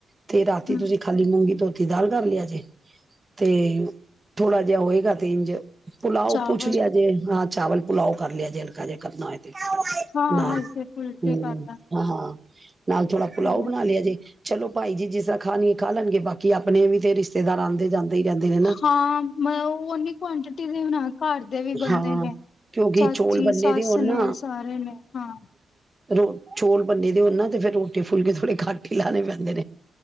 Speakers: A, on the right; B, on the left.
A: ਤੇ ਰਾਤੀ
B: ਹਮ
A: ਤੁਸੀਂ ਤੇ ਮੂੰਗੀ ਧੋਤੀ ਦਾਲ ਧਰ ਲਿਆ ਜੇ, ਤੇ ਥੋੜਾ ਜਿਹਾ ਹੋਏਗਾ ਤੇ ਇੰਝ ਪੁੁਲਾਓ
B: ਚਾਵਲ
A: ਪੁੱਛ ਲਿਆ ਜੇ, ਹਾਂ। ਚਾਵਲ ਪੁੁਲਾਓ ਕਰ ਲਿਆ ਜੇ ਹਲਕਾ ਜੇ ਕਰਨਾ ਹੋਏ।
B: ਹਾਂ
A: ਨਾਲ,
B: ਹਲਕੇ ਫੁਲਕੇ
A: ਹਮ
B: ਕਰ
A: ਹਾਂ। ਨਾਲ ਥੋੜਾ
B: ਲਾਂਗੇ
A: ਪੁੁਲਾਓ ਬਣਾ ਲਿਆ ਜੇ। ਚਲੋ ਭਾਈ ਜੀ ਜਿਸ ਅਖਾਣੀ ਖਾ ਲੈਣਗੇ, ਬਾਕੀ ਆਪਣੇ ਵੀ ਤੇ ਰਿਸ਼ਤੇਦਾਰ ਆਉਂਦੇ ਜਾਂਦੇ। ਹੀ ਰਹਿੰਦੇ ਨੇ ਨਾ
B: ਹਾਂ ਮ ਉਹ ਓਨੀ ਕੁਆਂਟਿਟੀ ਦੇਣਾ ਘਰ ਦੇ ਵੀ ਬੰਦੇ
A: ਹਾਂ
B: ਨੇ,
A: ਕਿਉਂਕਿ
B: ਚਾਚੀ
A: ਚੌਲ ਬੰਨੇ
B: ਸੱਸ
A: ਦੇ ਹੋਣ
B: ਨੇ,
A: ਨਾ
B: ਸਾਰੇ ਨੇ ਹਾਂ।
A: ਰੋ ਚੋਲ ਬੰਨੇ ਦੇ ਹੋਣ ਨਾ, ਤੇ ਫੇਰ ਰੋਟੀ ਫੁਲਕੇ ਥੋੜੇ ਕਟ ਹੀ ਲਾਣੇ ਪੈਂਦੇ ਨੇ।